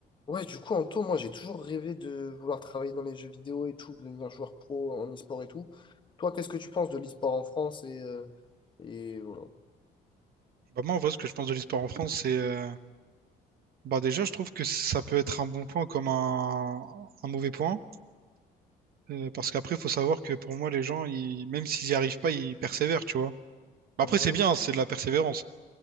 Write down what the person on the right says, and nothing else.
Bah, moi, en vrai, ce que je pense de l'e-sport en France, c'est. euh, Bah, déjà, je trouve que ça peut être un bon point comme un, un mauvais point. euh, parce qu'après, il faut savoir que pour moi, les gens, ils... même s'ils n'y arrivent pas, ils persévèrent, tu vois. Bah,
après, c'est bien, c'est de la persévérance.